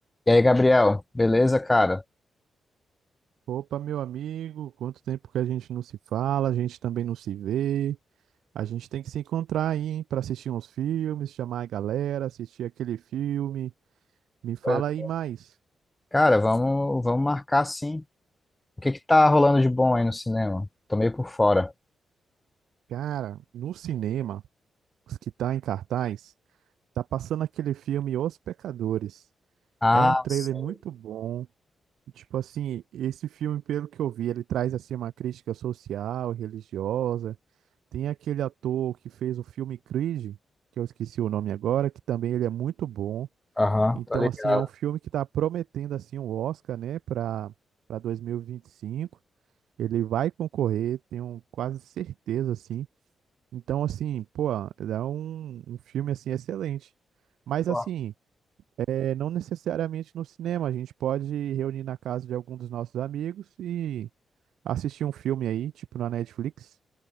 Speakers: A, on the left; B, on the right.
A: E aí, Gabriel, beleza, cara?
B: Opa, meu amigo, quanto tempo que a gente não se fala, a gente também não se vê. A gente tem que se encontrar aí, hein, para assistir uns filmes, chamar a galera, assistir aquele filme. Me fala
A: Pois-
B: aí mais.
A: Cara, vamos, vamos marcar sim. O que que tá rolando de bom aí no cinema? Tô meio por fora.
B: Cara, no cinema, os que tá em cartaz, tá passando aquele filme Os Pecadores.
A: Ah,
B: É um trailer
A: sim.
B: muito bom. Tipo assim, esse filme, pelo que eu vi, ele traz assim uma crítica social, religiosa. Tem aquele ator que fez o filme Creed, que eu esqueci o nome agora, que também ele é muito bom.
A: Aham,
B: Então,
A: tô ligado.
B: assim, é um filme que está prometendo assim um Oscar, né, para para 2025. Ele vai concorrer, tenho quase certeza, assim. Então, assim, pô, é um, um filme assim excelente. Mas
A: Pô,
B: assim, é, não necessariamente no cinema, a gente pode reunir na casa de algum dos nossos amigos e assistir um filme aí, tipo na Netflix.